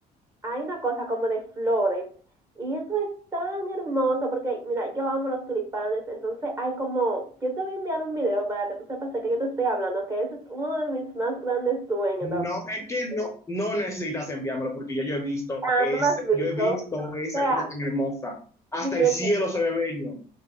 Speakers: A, on the right (about 20°); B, on the left (about 15°).
A: hay una cosa como de flores y eso es tan hermoso porque, mira, yo amo los tulipanes, entonces hay como, yo te voy a enviar un video para que tú sepas de qué yo te estoy hablando, que ese es uno de mis más grandes sueños.
B: No,
A: ¿no?
B: es que no, no necesitas enviármelo porque ya yo he visto
A: Ah,
B: ese,
A: tú lo has visto.
B: yo he visto
A: O
B: esa
A: sea,
B: cosa tan hermosa. Hasta
A: siguiente.
B: el cielo se ve bello.